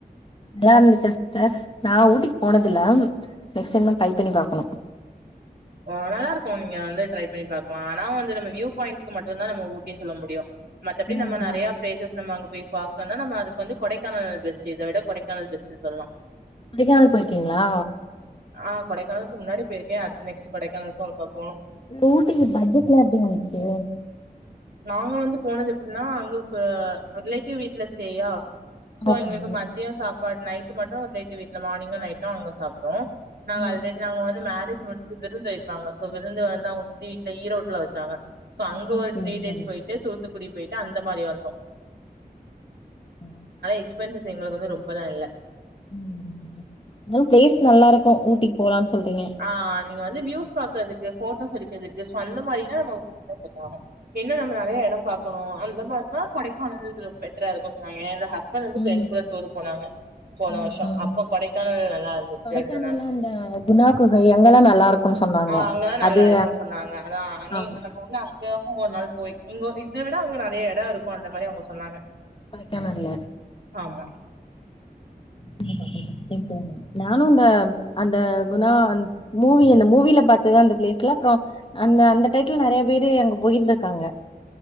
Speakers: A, on the left; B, on the right.
A: நல்லாருந்துச்சா சிஸ்டர், நா ஊட்டிக்கு போனதில்ல நெக்ஸ்ட் டைம்தா ட்ரை பண்ணி பாக்கனு
B: ஆ நல்லாருக்கு நீ வந்து ட்ரை பண்ணி பாக்லா ஆனா வந்து நம்ம வியூ பாயிண்ட்டுக்கு மட்டுந்தா நம்ம ஊட்டி சொல்ல முடியு மத்தபடி
A: ம்
B: நம்ம நறையா
A: ம்
B: பிளேசஸ் நம்ம அங்க போய் பாக்கன்னா நம்ம அதுக்கு வந்து கொடைக்கானல் பெஸ்ட்டு‌ இத விட கொடைக்கானல் பெஸ்ட்டுன் சொல்லா
A: கொடைக்கானல் போயிருக்கீங்ளா?
B: ஆ கொடைக்கானல்க்கு முன்னாடி போயிருக்கே அடு த்து நெக்ஸ்ட்டு கொடைக்கானலுக்கு ஒருக்கா போனு
A: இந்த ஊட்டிக்கு பட்ஜெட்லா எப்டி வந்ச்சு?
B: நாங்க வந்து போனது எப்புன்னா அங்க ப ரிலேட்டிவ் வீட்ல ஸ்டேயா சோ
A: ஓகே
B: எங்ளுக்கு மதிய சா பாடு நைட்டு மட்டு ரிலேடிவ் வீ்ட்ல மார்னிங்கு நைட்டு அங்க சாப்டோ நாங்க
A: ஆ
B: அல்ரெடி நாங்க வந்து மேரே ஜு முஞ்சு விருந்து வைப்பாங்க சோ விருந்து வந்து அவுங்க சித்தி வீட்ல ஈரோட்ல வச்சாங்க சோ அங்க ஒரு
A: சேரி
B: டேஸ்
A: சேரி
B: போயிட்டு தோத்துக் குடி போயிட்டு அந்த மாரி ஆட்டோ
A: ம்
B: எக்ஸ்பென்சஸ் எங்களுக்கு வந்து ரொம்பலா இல்ல
A: ம் அதா பிளேஸ் நல்லா இருக்கு ஊட்டிக்கு போலான்னு சொல்றீங்க
B: ஆ நீங்க வந்து வியூஸ் பாக்குறதுக்கு போட்டோஸ் எடுக் இதுக்கு சொந்த மாரிலா நம்ம <unintelligible> செ ஆகு இன்னு நம்ம நெறைய எட பாக்கணு அந் இந்த மாரி தா கொடைக்கானல் பெட்ரா இருக்கு சொன்னாங் <unintelligible> <unintelligible> ப்ரெண்ட்ஸ்
A: ம்
B: கூட டூர் போனாங்க போன
A: ம்
B: வருஷ
A: ம்
B: அப்ப கொடைக்கானல் நல்லா இருந்து
A: கொடைக்கானல்ல
B: சொன்னாங்க
A: அந்த குணா குகை அங்கெல்லா நல்லா இருக்குன்னு சொன்னாங்க
B: ஆ அங்கதா நல்லா
A: அது
B: இருக்கு சொன்னாங்க அதா நீ
A: ஆமா
B: வந்து அங்க ஓர் நாள் போய் உங்க இத விட அவங்க நெறைய எட இருக்கு அந்த மாரி அவங்க சொன்னாங்க
A: கொடைக்கானல்ல
B: ஆமா
A: <unintelligible> நானு அந்த அந்த குணா மூவி இந்த மூவில பாத்ததா அந்த பிளேஸ்ல அப்பறம் அந்த அந்த டைத்துல நெறைய பேரு அங்க போயிந்திருக்காங்க